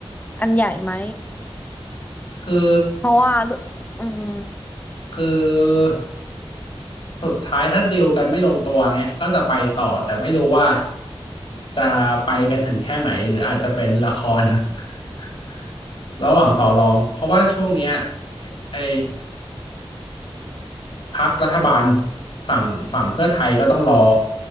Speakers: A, on the left (about 15°); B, on the left (about 60°).
A: อันใหญ่ไหม
B: คือ
A: เพราะว่าอืม
B: คือสุดท้ายถ้าดีลกันไม่ลงตัวเงี้ยก็จะไปต่อแต่ไม่รู้ว่าจะไปกันถึงแค่ไหนหรืออาจจะเป็นละคร <laughs> ระหว่างต่อรองเพราะว่าช่วงเนี้ยไอ้พรรครัฐบาลฝั่งฝั่งเพื่อไทยก็ต้องรอ